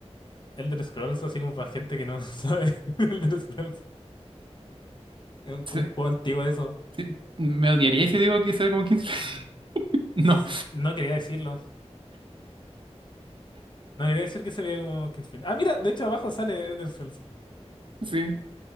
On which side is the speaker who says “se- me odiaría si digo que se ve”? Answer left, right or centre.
Right